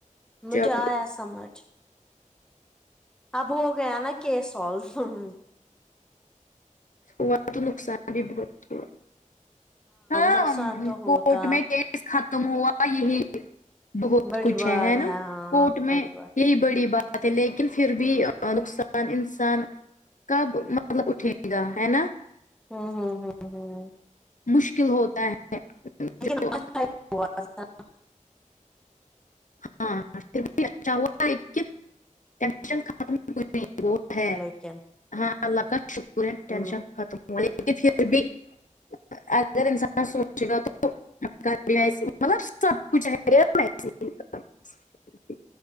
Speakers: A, in the centre; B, on the left.
A: مجھے
B: جب
A: آیا سمجھ اب ہو گیا نا کیس سالو ھم
B: ہوا تو نقصان <unintelligible> ہاں
A: نقصان
B: ام
A: تو ہوتا
B: کورٹ میں کیس ختم ہوا یہی بہت
A: بڑی
B: کچھ
A: بات
B: ہے ہے نا
A: ہاں
B: کوٹ میں
A: بڑی بات
B: یہی بڑی بات پھر بھی نقصان انسان <unintelligible> کب مطلب اٹھے گا ہے نا
A: ہوں ہوں ہوں ہوں
B: مشکل ہوتا ہے
A: لیکن
B: جو
A: <unintelligible>
B: ہاں <unintelligible> <unintelligible>
A: لیکن
B: ہاں اللہ کا شکر ہے ٹینشن
A: ہ
B: ختم ہوی پھر بھی <unintelligible> اگر انسان سوچ گ تو <unintelligible> مطلب سب کچھ ہے وسے <unintelligible>